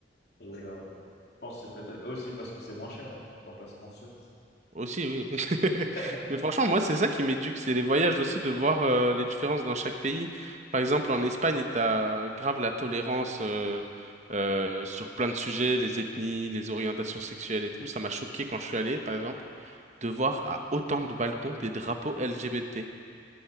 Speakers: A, on the left; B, on the right.
A: Et euh, je pense que c'est peut-être aussi parce que c'est moins cher, hein. On va pas se mentir.
B: aussi, oui. <laughs>
A: <laughs>
B: Mais franchement, moi, c'est ça qui m'éduque, c'est les voyages aussi, de voir euh, les différences dans chaque pays. Par exemple, en Espagne, t'as grave la tolérance euh, euh, sur plein de sujets, les ethnies, les orientations sexuelles et tout. Ça m'a choqué quand je suis allé, par exemple, de voir à autant de balcons des drapeaux LGBT.